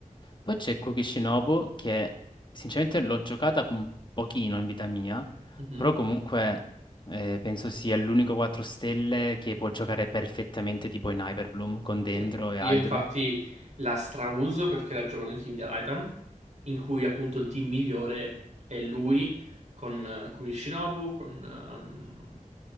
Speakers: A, on the left; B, on the right.
A: Poi c'è Kukishinobu che sinceramente l'ho giocata un pochino in vita mia,
B: Mhm,
A: però comunque eh, penso sia l'unico 4 stelle che può giocare perfettamente tipo in Hyperbloom con Dendro
B: Sì.
A: e
B: Io
A: Hydro.
B: infatti la strauso perché la gioco nel team di Alitam, in cui appunto il team migliore è lui con eh, Kurishinobu, con ehm,